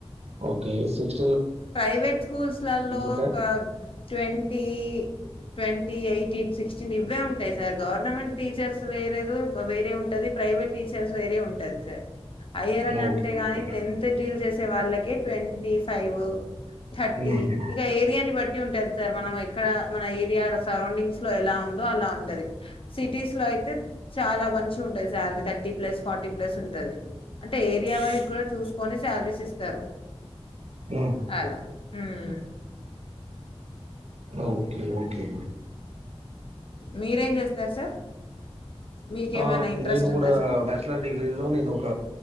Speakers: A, on the right; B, on the left.
A: okay six
B: private స్కూల్స్లలో
A: ఉంటాయా
B: ట్వంటీ ట్వంటీ ఎయిటీన్ సిక్స్టీన్ ఇవే ఉంటాయి సార్ గవర్నమెంట్ టీచర్స్ వేరే వేరే ఉంటుంది ప్రైవేట్ టీచర్స్ వేరే ఉంటుంది సార్ అయ్యర్ అన్
A: ఓకే
B: అంటే
A: ఓకే
B: గాని టెన్త్ డీల్ చేసే వాళ్ళకే ట్వంటీ్ ఫైవ్ థర్టీ
A: మేడం
B: ఇక ఏరియాని బట్టి సిటీ ఉంటంది సార్ మనం ఎక్కడ మన ఏరియా సరౌండింగ్స్ లో ఎలా ఉందో అలా ఉంటుంది సిటీస్ లో అయితే చాలా మంచి ఉంటుంది salary thirty plus forty plus ఉంటుంది అంటే ఏరియా వైజ్ కూడా చూసుకొని శాలరీస్ ఇస్తారు
A: ఏ
B: అలా ఉమ్
A: ఓకే ఓకే
B: మీరేం చేస్తారు సార్ మీకేమైనా
A: ఆ
B: ఇంట్రెస్ట్
A: నేను కూడా
B: ఉందా సార్
A: బ్యాచలర్ డిగ్రీ లో నేను ఒక